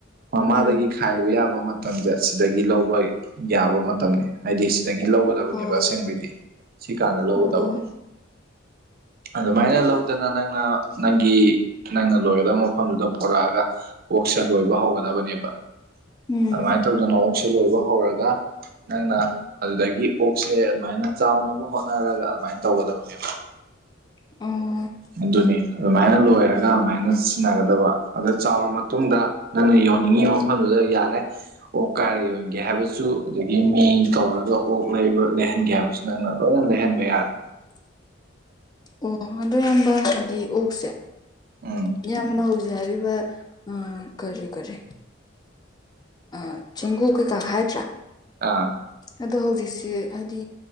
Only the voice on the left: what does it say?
ꯎꯝ
ꯑꯣ
ꯑꯣ ꯑꯣ
ꯎꯝ
<inaudible> ꯑꯣ
<unintelligible> ꯁꯥꯏ
ꯍꯥꯕꯤꯕ ꯑꯥ ꯀꯔꯤ ꯀꯔꯤ ꯑꯥ ꯆꯦꯡꯒꯨ ꯀꯩꯀꯥ ꯍꯥꯏꯗ꯭ꯔꯥ
ꯑꯗꯣ ꯍꯧꯖꯤꯛꯁꯤ ꯍꯥꯏꯗꯤ